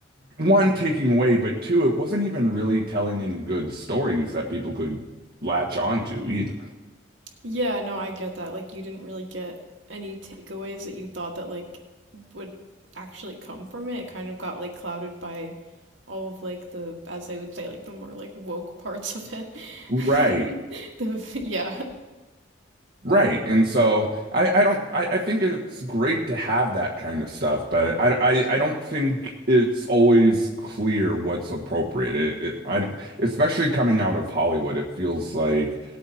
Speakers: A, on the right; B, on the right.
A: one taking away, but two, it wasn't even really telling any good stories that people could latch on to either.
B: Yeah, no, I get that. Like you didn't really get any takeaways that you thought that like would actually come from it. It kind of got like clouded by all of like the as they would say like the more like woke parts of it.
A: Right,
B: <laughs> The yeah.
A: right. And so I, I don't I, I think it's great to have that kind of stuff, but I, I, I don't think it's always clear what's appropriate. It, it I don't, especially coming out of Hollywood, it feels like